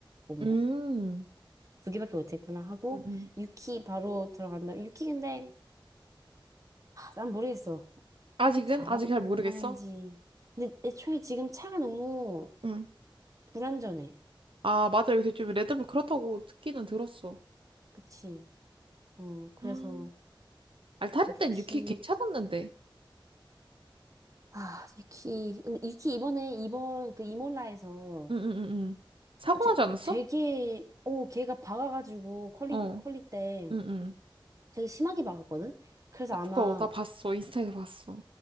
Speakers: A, on the right; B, on the right.
A: 어머
B: 음.
A: 두 개밖에 못했구나 하고
B: 응, 응.
A: 유키 바로 들어간다. 유키 근데 아, 난 모르겠어
B: 아직은?
A: 잘하는지.
B: 아직 잘 모르겠어?
A: 근데 애초에 지금 차가 너무
B: 응.
A: 불안전해.
B: 아, 맞아. 요새 좀 레드불 그렇다고 듣기는 들었어.
A: 그치? 어 그래서
B: 아, 알타리
A: 유키
B: 땐 유키 괜찮았는데.
A: 아 유키 근데 유키 이번에 이번 그 이몰라에서
B: 응, 응, 응, 응. 사고
A: 되,
B: 나지 않았어?
A: 되게, 어, 걔가 박아가지고, 컬리,
B: 어.
A: 컬리 때
B: 응, 응.
A: 되게 심하게 박았거든? 그래서 아마,
B: 봤어. 나 봤어. 인스타에서 봤어.